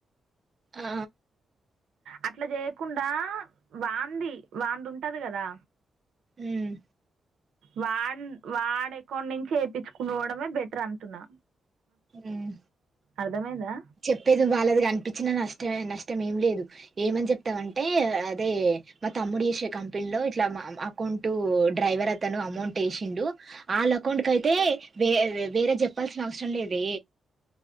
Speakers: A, on the right; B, on the right.
A: ఆ
B: అట్లా చేయకుండా వాంది వానీది ఉంటది కదా
A: ఉమ్
B: వాన్ వాడ్ ఎకౌంట్ నుంచి ఎపించుకోవడమే బెటర్ అంటున్నా
A: ఉమ్
B: అర్ధమైందా
A: చెప్పేది వాళ్ళది కనిపించిన నష్టమే నష్టం ఏం లేదు ఏమని చెప్తామంటే అదే మా తమ్ముడు చేసే కంపెనీ లో ఇట్లా మా అకౌంట్ డ్రైవర్ అతను అమౌంట్ వేసిండు అల్లకు అకౌంట్ అయితే వే వేరే చెప్పాల్సిన అవసరం లేదే